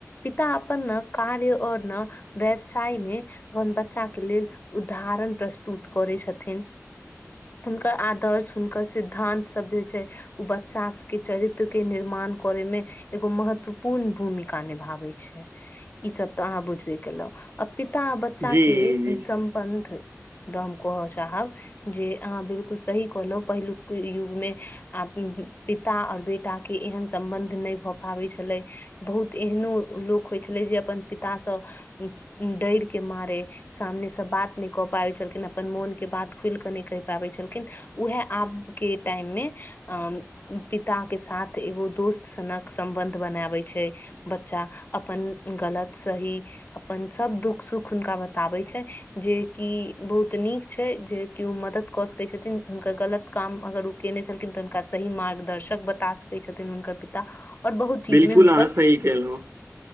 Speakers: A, on the left; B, on the right.
A: पिता अपन न कार्य और न व्यवसाय मे अपन बच्चा के लेल उद्धारण प्रस्तुत करै छथिन हुनकर आदर्श हुनकर सिद्धान्त सब जे होय छै ओ बच्चा सबके चरित्र के निर्माण कोरै मे एगो महत्वपूर्ण भूमिका निभाबै छै ई सब तऽ अहाँ बुझबे केलौं आ पिता बच्चा
B: जी
A: के
B: जी
A: चम बंध द हम कहऽ चाहब जे अहाँ बिलकुल सही कहलौ पहिलुक के युगमे आ पिता आ बेटा के एहन सम्बन्ध नहि भऽ पाबै छलै बहुत एहनो लोक होइ छलै जे अपन पितासँ डैर के मारे सामने स बात नइ कऽ पाबै छलखिन अपन मोन के बात खुलि कऽ नै कहि पाबै छलखिन उएह आब के टाइम मे अ पिता के साथ एगो दोस्त सनक सम्बन्ध बनाबै छै बच्चा अपन गलत सही अपन सब दुःख सुख हुनका बताबै छै जेकि बहुत नीक छै जे केओ मदद कऽ सकै छथिन हुनकर गलत काम अगर ओ केने छलखिन तऽ हुनका सही मार्गदर्शक बता सकैत छथिन हुनकर पित ता और बहुत
B: बिलकुल
A: चीजमे हुनकर
B: अहाँ सही केलहुँ